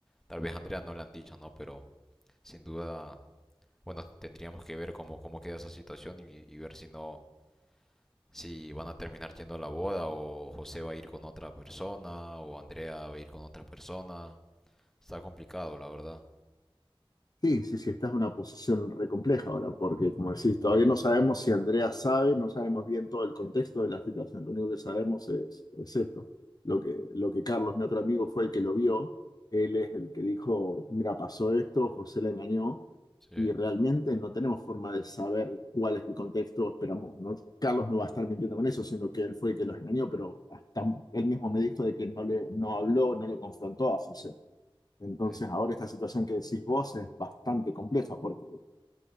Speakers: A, in the centre; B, on the left (about 45°).
A: tal vez a Andrea no le han dicho, ¿no? Pero sin duda, bueno, tendríamos que ver cómo, cómo queda esa situación y, y ver si no, si van a terminar yendo a la boda o José va a ir con otra persona o Andrea va a ir con otra persona. Está complicado, la verdad.
B: Sí, sí, sí, esta es una posición re compleja ahora, porque como decís, todavía no sabemos si Andrea sabe, no sabemos bien todo el contexto de la situación, lo único que sabemos es, es esto, lo que, lo que Carlos, mi otro amigo, fue el que lo vio, él es el que dijo, mira, pasó esto, José la engañó,
A: Sí,
B: y realmente no tenemos forma de saber cuál es el contexto, esperamos, no, Carlos no va a estar mintiendo con eso, sino que él fue el que los engañó, pero hasta él mismo me dijo de que no, le, no habló, no lo confrontó a José. Entonces,
A: sí,
B: ahora esta situación que decís vos es bastante compleja porque